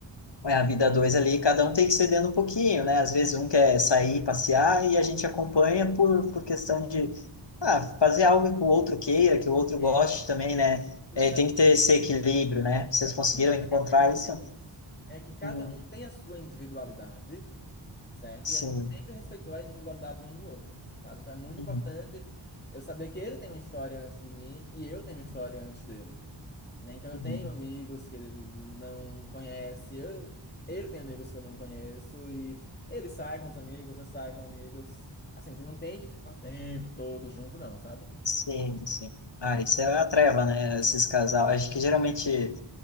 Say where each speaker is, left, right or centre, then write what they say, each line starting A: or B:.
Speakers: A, on the left; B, on the left.
A: É a vida a dois ali, cada um tem que cedendo um pouquinho, né? Às vezes um quer sair, passear e a gente acompanha por, por questão de ah, fazer algo que o outro queira, que o outro
B: É,
A: goste também, né?
B: mas
A: É,
B: assim,
A: tem que ter esse equilíbrio, né? Vocês
B: é,
A: conseguiram
B: mas uma coisa
A: encontrar
B: que aprendemos
A: isso?
B: é que cada
A: Uhum.
B: um tem a sua individualidade, certo?
A: Sim.
B: E a gente sempre respeitou a individualidade de um do outro, sabe? Então é muito
A: Uhum.
B: importante eu saber que ele tem uma história antes de mim e eu tenho uma história antes dele. né? Então eu
A: Uhum.
B: tenho amigos que ele não conhece, eu, ele tem amigos que eu não conheço, e ele sai com os amigos, eu saio com amigos. Assim, tu não tem que ficar o tempo todo junto, não, sabe?
A: Sim, sim. Ah, isso é a treva, né? Esses casal. Acho que geralmente